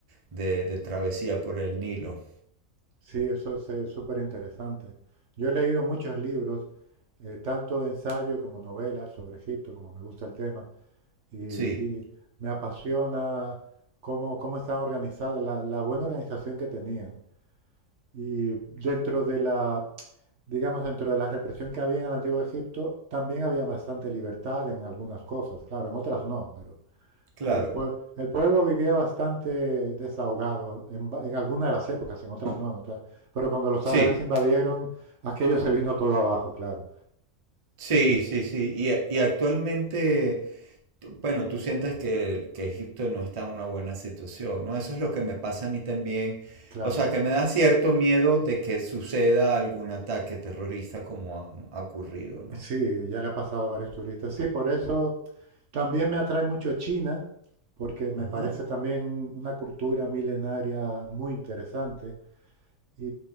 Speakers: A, on the right; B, on the right.
A: de- de travesía por el Nilo.
B: Sí, eso es eh, súper interesante. Yo he leído muchos libros, eh, tanto de ensayo como novelas sobre Egipto, como me gusta el tema, y, y
A: Sí,
B: me apasiona cómo, cómo están organizadas, la, la buena organización que tenían. Y dentro de la, digamos, dentro de la represión que había en el antiguo Egipto, también había bastante libertad en algunas cosas, claro, en otras no, pero
A: claro.
B: pero el, pue- el pueblo vivía bastante desahogado en, va- en alguna de las épocas, en otras no, en otras. Pero cuando los
A: Sí,
B: árabes invadieron, aquello se vino todo abajo, claro.
A: sí,
B: Es-
A: sí, sí. Y, y actualmente tú- Bueno, tú sientes que, que Egipto no está en una buena situación, ¿no? Eso es lo que me pasa a mí también.
B: Claro.
A: O sea, que me da cierto miedo de que suceda algún ataque terrorista como ha, ha ocurrido, ¿no?
B: Sí, ya le ha pasado a varios turistas. Sí, por eso también me atrae mucho China, porque me
A: Ajá.
B: parece también un- una cultura milenaria muy interesante. Y,